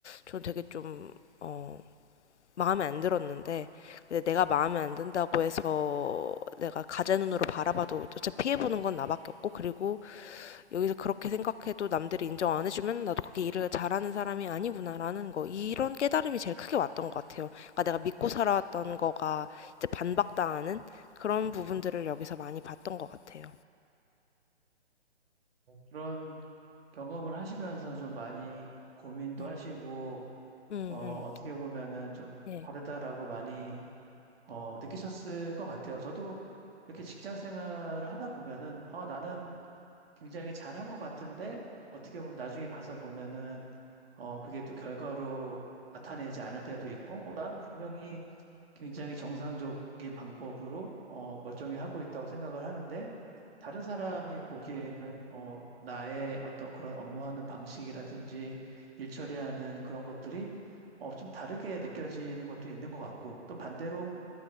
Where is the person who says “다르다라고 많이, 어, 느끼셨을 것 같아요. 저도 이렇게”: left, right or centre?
Right